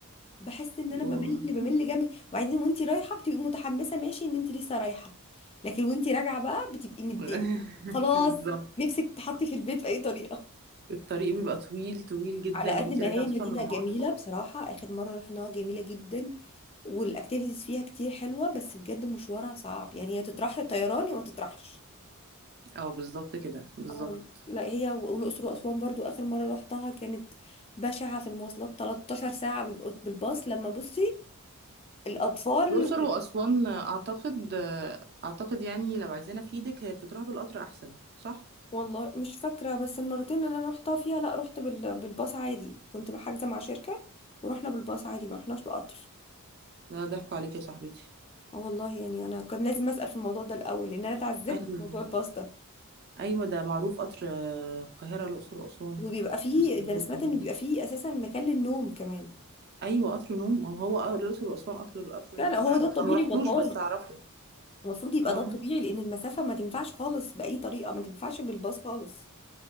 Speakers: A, on the left (about 25°); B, on the right (about 45°).
A: بحس ان
B: و-
A: انا بمل بمل جامد وبعدين وانت رايحة بتبقي متحمسة ماشي ان انت لسه رايحة لكن وانت راجعة بقى بتبقي مد
B: <laughs>
A: يعني خلاص
B: بالظبط
A: نفسك تحطي في البيت بأي طريقة
B: الطريق بيبقى طويل طويل جدا
A: على قد
B: وانتي
A: ما
B: راجعة
A: هي
B: خصوصا
A: مدينة
B: لو
A: جميلة
B: مع أطفال
A: بصراحة آخر مرة رحناها جميلة جدا والاكتيفيتيز فيها كتير حلوة بس بجد مشوارها صعب يعني يا تطرح الطيران يا ما تطرحش
B: اه بالظبط كده بالظبط
A: اه لا هي و- والاقصر واسوان برضو اخر مره روحتها كانت بشعه في المواصلات 13 ساعه بال- بالباص لما بصي الاطفال
B: الأقصر
A: وال-
B: وأسوان أعتقد أعتقد يعني لو عايزانا في ايدك هي بتتراح بالقطر أحسن صح؟
A: والله مش فاكره بس المرتين اللي انا روحتها فيها لا رحت بال... بالباص عادي كنت حاجزه مع شركه ورحنا بالباص عادي ما رحناش بقطر
B: لا ضحكوا عليك يا صاحبتي
A: اه والله يعني انا كان لازم اسال في الموضوع ده الاول لان انا اتعذبت
B: ايوه
A: في موضوع الباص ده
B: ايوه ده معروف قطر آه، القاهره الاقصر واسوان ده
A: وبيبقى فيه
B: اسكندرية.
A: ده انا سمعت ان بيبقى فيه اساسا مكان للنوم كمان
B: ايوه قطر نوم ما هو آه، الاقصر واسوان قطر قطر
A: لا
B: نوم
A: لا هو
B: فعلا
A: ده الطبيعي
B: انا ما رحتوش
A: والله
B: بس اعرفه
A: المفروض يبقى
B: اه
A: ده الطبيعي لان المسافه ما تنفعش خالص باي طريقه ما تنفعش بالباص خالص